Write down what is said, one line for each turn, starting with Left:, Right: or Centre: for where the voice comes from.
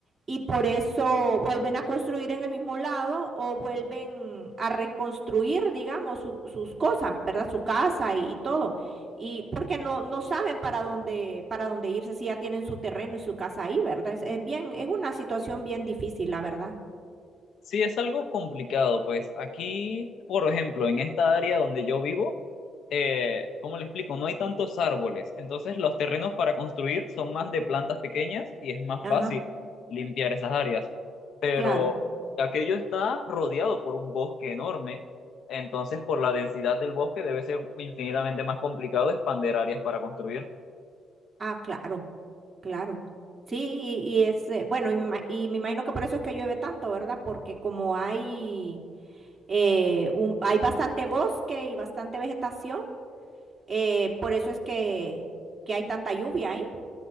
Right: y por eso vuelven a construir en el mismo lado o vuelven a reconstruir, digamos, su- sus cosas, ¿verdad? Su casa y, y todo. Y porque no, no saben para dónde, para dónde irse si ya tienen su terreno y su casa ahí, ¿verdad? Es, es bien, es una situación bien difícil, la verdad.
Left: Sí, es algo complicado, pues aquí, por ejemplo, en esta área donde yo vivo, eh, ¿cómo le explico? No hay tantos árboles, entonces los terrenos para construir son más de plantas pequeñas y es más
Right: Ajá,
Left: fácil limpiar esas áreas. Pero
Right: claro.
Left: aquello está rodeado por un bosque enorme, entonces por la densidad del bosque debe ser infinitamente más complicado expander áreas para construir.
Right: Ah, claro, claro. Sí, y, y es, eh, bueno, y me, ima- y me imagino que por eso es que llueve tanto, ¿verdad? Porque como hay eh, un- hay bastante bosque y bastante vegetación, eh, por eso es que, que hay tanta lluvia ahí.